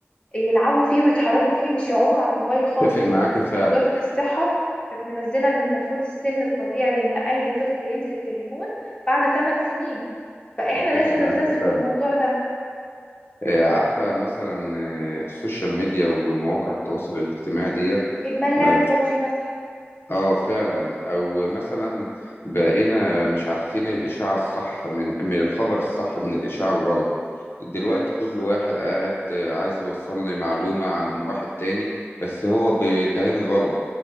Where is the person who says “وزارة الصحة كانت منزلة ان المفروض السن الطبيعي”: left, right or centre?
Left